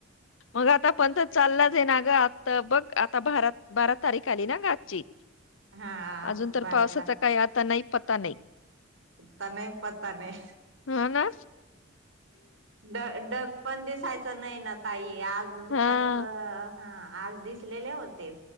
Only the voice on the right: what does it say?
हा
बारा
आता नाही, पता नाही.
ड डग पण दिसायचं नाही ना ताई आज
कस? हा, आज दिसलेले होते.